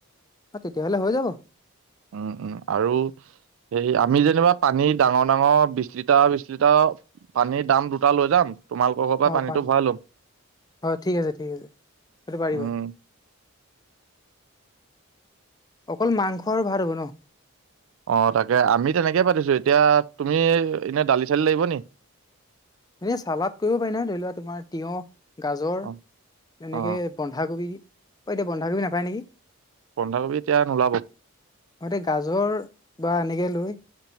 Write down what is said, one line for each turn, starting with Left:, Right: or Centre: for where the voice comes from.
Left: তেতিয়া হ'লে হৈ যাব।
Right: উম, উম, আৰু সেই আমি যেনিবা পানী ডাঙৰ ডাঙৰ বিশ লিটাৰ বিশ লিটাৰ পানীৰ দাম দুটা লৈ যাম, তোমা পৰ পৰা
Left: অ'
Right: পানীটো
Left: পান
Right: ভৰা লম,
Left: হয় ঠিক আছে ঠিক আছে সেইটো পাৰিবা।
Right: উম।
Left: অকল মাংস আৰু ভাত হ'ব নহ।
Right: অ', তাকে আমি তেনেকে পাতিছো, এতিয়া তুমি এনেই দালি চালি লাগিব নি?
Left: এনেই চালাদ কৰিব পাৰিলা হয়, ধৰি লোৱা তোমাৰ তিয়হ, গাজৰ
Right: অ
Left: এনেকে
Right: অ
Left: বন্ধাকবি অ', এতিয়া বন্ধাকবি নাপায় নেকি?
Right: বন্ধাকবি এতিয়া নোলাব।
Left: মই এতিয়া গাজৰ বা এনেকে লৈ